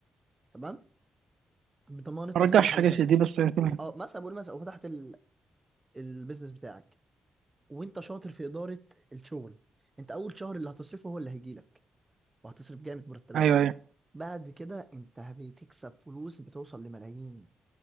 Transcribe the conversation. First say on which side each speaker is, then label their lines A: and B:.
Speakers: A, on the right (about 15°); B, on the right (about 85°).
A: تمام بضمانة
B: ما
A: مثلا
B: رجعش
A: محل
B: حاجه
A: سكنك
B: زي دي بس يعني تمام.
A: اه مثلا بقول مثلا وفتحت ال... البيزنس بتاعك وانت شاطر في إدارة الشغل انت أول شهر اللي هتصرفه هو اللي هيجيلك وهتصرف جامد مرتبات
B: ايوه ايوه
A: بعد كده انت بتكسب فلوس بتوصل لملايين